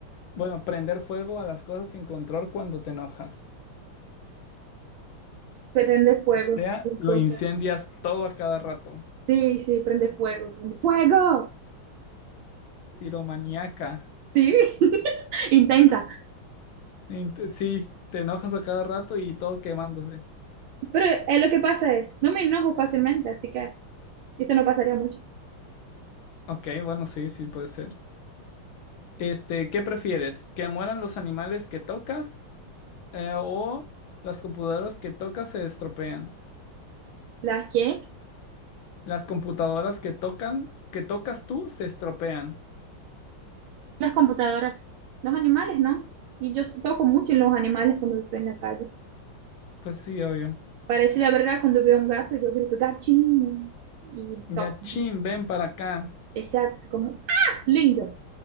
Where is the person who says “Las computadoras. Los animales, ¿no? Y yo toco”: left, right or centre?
Right